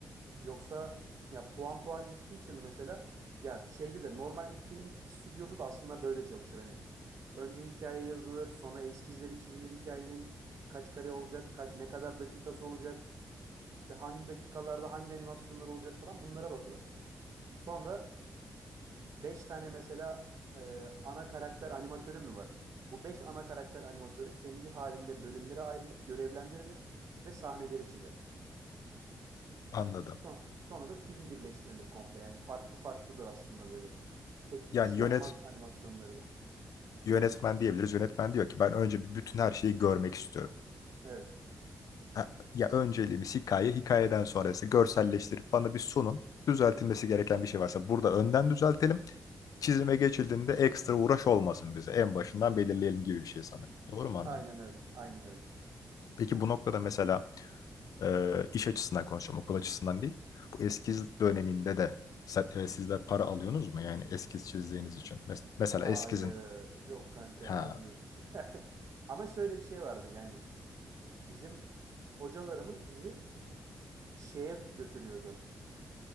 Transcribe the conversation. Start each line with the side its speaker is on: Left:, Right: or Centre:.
Right: Yoksa ya puan puan gittiği için mesela ya şeyde de normal bir film stüdyosu da aslında böyle çalışır. Hani önce hikaye yazılır, sonra eskizleri çizilir hikayenin kaç kare olacak, kaç ne kadar dakikası olacak, işte hangi dakikalarda hangi animasyonlar olacak falan bunlara bakılır. Sonra 5 tane mesela e, ana karakter animatörü mü var? Bu 5 ana karakter animatörü kendi halinde bölümlere ayrılıp görevlendirilir ve sahneleri çizer.
Left: Anladım.
Right: Son, sonra da film birleştirilir komple. Yani farklı farklıdır aslında böyle. Tek bir
Left: Yani
Right: kişi
Left: yönet
Right: yapmaz animasyonları da.
Left: yönetmen diyebiliriz. Yönetmen diyor ki ben önce bir bütün her şeyi görmek istiyorum.
Right: Evet.
Left: Ha, Ya önceliğimiz hikaye, hikayeden sonrası görselleştirip bana bir sunun. Düzeltilmesi gereken bir şey varsa burada önden düzeltelim. Çizime geçildiğinde ekstra uğraş olmasın bize. En başından belirleyelim gibi bir şey sanırım. Doğru mu anladım?
Right: Aynen öyle. Aynen öyle.
Left: Peki bu noktada mesela e, iş açısından konuşacağım, okul açısından değil. Bu eskiz döneminde de sen- e, sizler para alıyorsunuz mu? Yani eskiz çizdiğiniz için. Mes- mesela
Right: Hayır.
Left: eskizin...
Right: Yok kanka
Left: Ha,
Right: almıyoruz. <laughs> Ama şöyle bir şey vardı yani bizim hocalarımız bizi şeye götürüyordu.